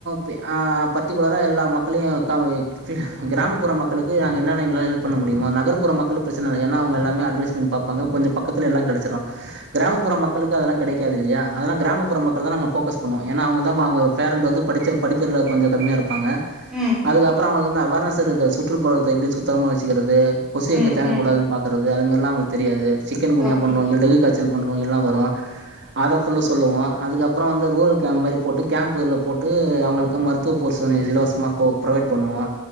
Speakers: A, on the right (about 55°); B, in the centre.
A: பி ஆ பர்டிகுலரா எல்லா மக்களையு கா ஃபில் கிராமப்புற மக்களுக்கு நாங்க என்னென்ன எங்களால ஹெல்ப் பண்ண முடியுமோ நகர்புற மக்களு பிரச்சன இல்ல ஏனா அவுங்க எல்லாமே அட்வடைஸ்மென்ட் பாப் பாங்க கொஞ்ச பக்கத்துல எல்லா கெடச்சுரு கிராமப்புற மக்களுக்கு அதெல்லா கெடைக்காது இல்லயா அதெல்லா கிராமப்புற மக்கள் தா நாங்க ஃபோக்கஸ் பண்ணுவோ ஏனா அவுங்கள் தா வா அங்க பேரண்ட் வந்து படுச்ச படிப்புள்ள கொஞ்ச கம்மியா இருப்பாங்க
B: ம்.
A: அதுக்கப்புற அவுங்களுக்கு வந்து அவேர்னஸ் இருக்காது சுற்றுப்புறத்த எப்டி சுத்தமா வச்சுக்கிறது கொசு
B: ம்,
A: எங்க தேங்க
B: ம்.
A: கூடாதுனு பாக்குறது அது மாரிலா அவுங்களுக்கு தெரியாது சிக்கன் குனியா
B: ஓகே.
A: ல் டெகு காச்சல் போன்ற நோய்கள் எல்லா வரு அதை ஃபுல்லு சொல்லுவோ அதுக்கப்புற வந்து ரூரு கேம்ப் மாரி போட்டு கேம்புகல்ல போட்டு அவுங்களுக்கு மரு <unintelligible> இலவசமா போ புரொவைட் பண்ணுவோ